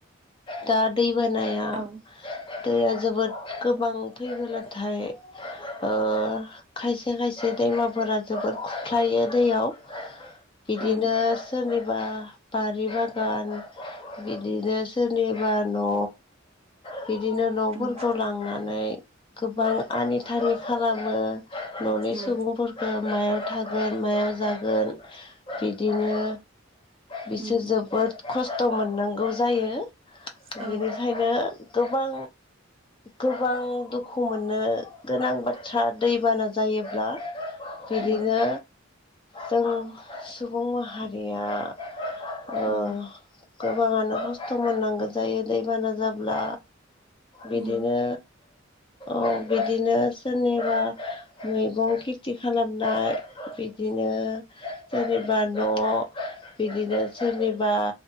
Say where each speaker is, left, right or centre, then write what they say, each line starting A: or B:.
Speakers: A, on the left; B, on the right.
A: दा दैबानाया
B: औ
A: दैया जोबोद गोबां फैबोलाथाय ओ खायसे खायसे दैमाफोरा जोबोर खुरख्लायो दैयाव। बिदिनो
B: उम
A: सोरनिबा बारि बा- गान बिदिनो सोरनिबा न' बिदिनो न'फोरखौ
B: उम
A: लांनानै गोबां आनि थानि खालामो। न'नि
B: उम
A: सुबुंफोरखौ मायाव थागोन मायाव जागोन बिदिनो बिसोर
B: उम
A: जोबोद खस्थ' मोननांगौ जायो।
B: औ
A: बेनिखायनो गोबां गोबां दुखु खु मोननो गोनां बाथ्रा दैबाना जायोब्ला बिदिनो
B: उम
A: जों सुबुं माहारिया ओ
B: उम
A: गोबाङानो खस्थ' मोननांगौ जायो दैबाना जाब्ला बिदिनो
B: उम
A: औ बिदिनो सोरनिबा मैगं खेथि खालामनाय बिदिनो जेनेबा न' बिदिनो सोरनिबा